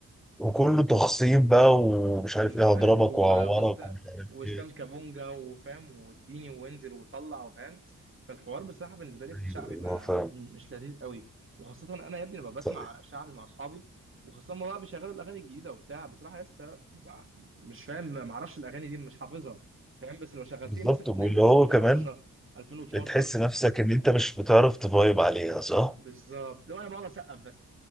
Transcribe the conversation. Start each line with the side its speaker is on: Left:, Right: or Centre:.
Centre: وكله تخصيم بقى ومش
Right: ومش
Centre: عارف ايه
Right: عارف
Centre: هضربك
Right: و...
Centre: وهعورك
Right: وإسلا-
Centre: ومش عارف
Right: واسلام
Centre: ايه
Right: كابونجا وفاهم واديني وانزل وطلع وفاهم فالحوار بصراحه بالنسبه لي
Centre: ايوه
Right: في الشعبي
Centre: أيوة،
Right: ما
Centre: فاهم
Right: مش لذيذ قوي وخاصه انا يا ابني لما بسمع
Centre: طيب،
Right: شعبي مع اصحابي وخاصه ما بقى بيشغلوا الاغاني الجديده وبتاع بصراحه لسه ببقى مش فاهم ما اعرفش الاغاني دي مش حافظها فاهم بس لو شغلت
Centre: بالظبط
Right: لي مثلا اغنيه
Centre: واللي
Right: من 2010
Centre: هو كمان
Right: 2012
Centre: بتحس نفسك ان انت مش بتعرف تفايب عليها صح؟
Right: بالظبط لو انا بقعد اسقف بس